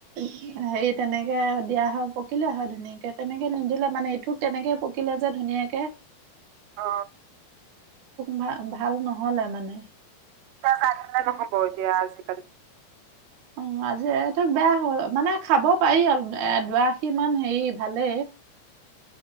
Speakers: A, on the right (about 65°); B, on the right (about 85°).
A: সেই তেনেকে দিয়া হওক। পকিলে হয় ধুনীয়াকে তেনেকে নিদিলে মানে এইটো তেনেকে পকিলে যে ধুনীয়াকে
B: অ।
A: ভাল ভাল নহলে মানে
B: এতিয়া চাই থাকিলে নহ'ব এতিয়া আজিকালি
A: অ আজি এই তোক বেয়া হ মানে খাব পাৰি অল এ দুআশী মান হেৰি ভালেই।